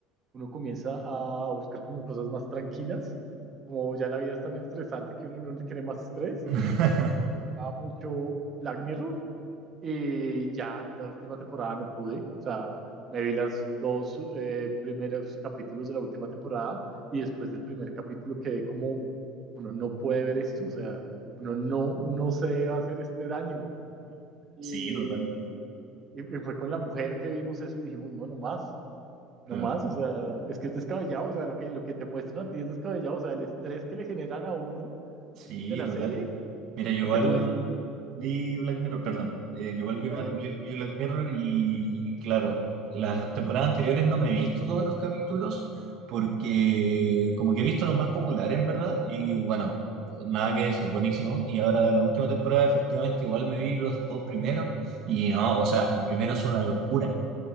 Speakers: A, on the right; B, on the right.
A: uno comienza a buscar como cosas más tranquilas, como ya la vida es tan estresante que uno no le quiere más estrés,
B: <laughs>
A: va mucho Black Mirror, y ya la última temporada no pude, o sea, me vi las dos eh, primeros capítulos de la última temporada y después del primer capítulo quedé como, uno no puede ver esto, o sea, uno no, no se debe hacer este daño. Y,
B: Sí, total,
A: y, y fue con la mujer que vimos eso y dijimos, no, no más,
B: claro.
A: no más, o sea, es que es descabellado, o sea, lo que, lo que te muestran a ti es descabellado, o sea, el estrés que le generan a uno
B: Sí,
A: de la
B: total.
A: serie,
B: Mira, yo igual
A: porque tú ves,
B: vi Black Mirror, perdón. eh, yo igual vi,
A: dale,
B: Mar- vi- vi Black Mirror y, claro, las temporadas anteriores no me he visto todos los capítulos porque como que he visto los más populares, en verdad, y bueno, nada que decir, buenísimo. Y ahora de la última temporada, efectivamente, igual me vi los dos primeros y no, o sea, el primero es una locura.